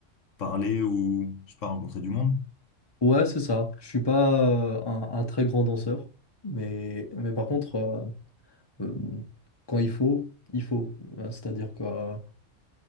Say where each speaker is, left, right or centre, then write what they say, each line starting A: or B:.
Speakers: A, on the left (about 75°); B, on the left (about 20°).
A: parler ou, je sais pas, rencontrer du monde?
B: ouais, c'est ça. Je suis pas euh, un, un très grand danseur, mais, mais par contre, euh, euh, quand il faut, il faut. Euh, C'est-à-dire que. euh,